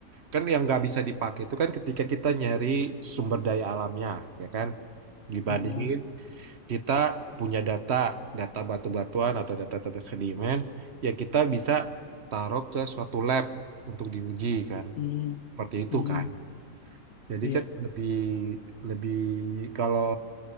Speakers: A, on the right; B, on the left.
A: Kan yang nggak bisa dipakai itu kan ketika kita nyari sumber daya alamnya, ya kan? Hmm. Dibandingin
B: Ah, ah.
A: kita punya data, data batu-batuan atau data-data sedimen, ya kita bisa taruh ke suatu lab untuk diuji kan,
B: Hmm.
A: seperti itu
B: Hmm.
A: kan. Jadi
B: Iya.
A: kan lebih lebih kalau